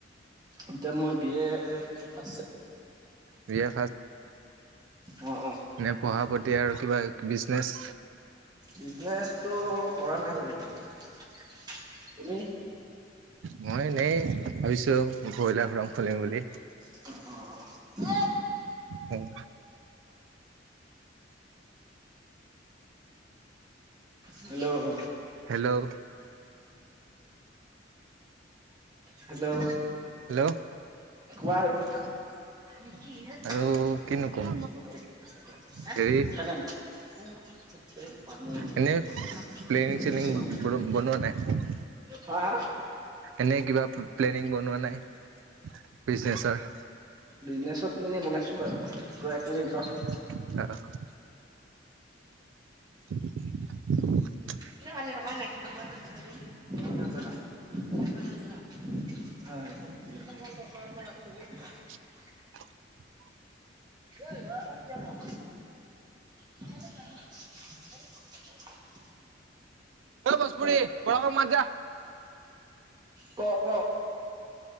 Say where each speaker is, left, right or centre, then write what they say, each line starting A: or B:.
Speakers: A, on the right (about 20°); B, on the right (about 75°).
A: এতিয়া মই বি এ আ
B: বি এ
A: অ অ
B: এনে পঢ়া প্ৰতি আৰু কিবা বিজনেচ
A: বিজনেচটো কৰা নাই বাৰু এতিয়া লৈকে, তুমি
B: মই এনেই ভাবিছো বইলাৰ ফ্ৰ্ম খুলিম বুলি
A: <unintelligible>
B: উম
A: অ হেল্ল'
B: হেল্ল'
A: হেল্ল'
B: হেল্ল'।
A: কোৱা আৰু। <inaudible>
B: আৰু কিনো ক'ম হেৰি
A: <inaudible>
B: এনে প্লেনিং চেনিং বনোৱা নাই?
A: হা হা?
B: এনে কিবা প্লেনিং বনোৱা নাই বিজনেচৰ?
A: বিজনেছৰ পেলনি বনাইছোঁ বাৰু ৰহ এক মিনিট ৰহ।
B: <inaudible> <inaudible>
A: <inaudible> <unintelligible> হয় <unintelligible>
B: <inaudible>
A: এই মই আকৌ কিয় যাম। অই <unintelligible>
B: অ', ভসপুৰি <unintelligible> মাত যা।
A: ক' ক'।